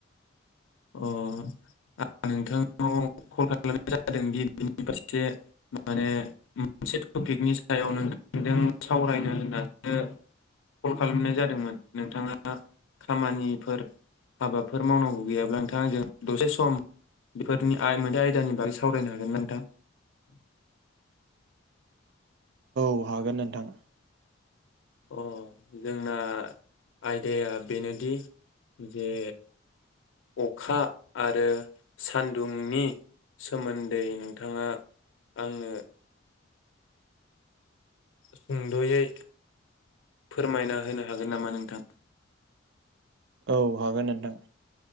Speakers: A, on the left; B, on the right.
A: अ आ नोंथांनाव कल खालामनाय जादों गिबिनि फारसे माने मोनसे टपिकनि सायाव नोंथांजों सावरायनो होननासो कल खालामनाय जादोंमोन नोंथाङा खामानिफोर हाबाफोर मावनांगौ गैयाब्ला? थांजों दसे सम बेफोरनि आइ मोनसे आयदानि बागै सावरायनो हागोन नोंथां?
B: अ हागोन नोंथां।
A: अ जोंना आयदाया बेनोदि जे अखा आरो सान्दुंनि सोमोन्दै नोंथाङा आंनो सुंद'यै फोरमायना होनो हागोन नामा नोंथां?
B: औ हागोन नोंथां।